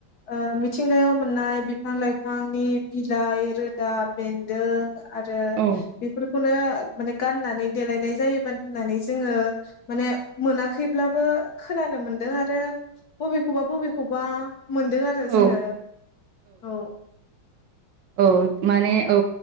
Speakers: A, on the left; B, on the right.
A: ओ मिथिंगायाव मोननाय बिफां लाइफांनि बिलाइ रोदा बेन्दों आरो बेफोर
B: औ
A: बेफोरखोनो माने गानोमोन। होननानै देलायनाय जायोमोन होननानै जोङो माने मोनाखैब्लाबो खोनानो मोनदों आरो बबेखौबा बबेखौबा मोनदों आरो जोङो
B: औ
A: औ
B: औ माने औ